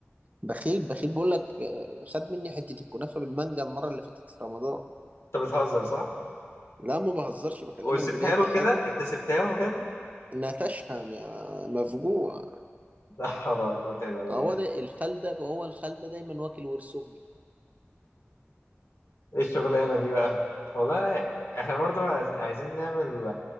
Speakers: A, on the right; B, on the left.
A: بخيل بخيل بقول لك آه، خد مني حتة الكنافة بالمانجا المرة اللي فاتت في رمضان
B: انت بتهزر صح؟
A: لا ما بهزرش بكلمك
B: وسبتها
A: بجد
B: له
A: خد
B: كده انت سبتها له بجد؟
A: نتشها م- مفجوع
B: لا حول ولا قوة الا بالله
A: هو ده الخلدة ما هو الخلدة دايما واكل ورث أمي
B: ايه الشغلانة دي بقى؟ والله احنا برضو عايز- عايزين نعمل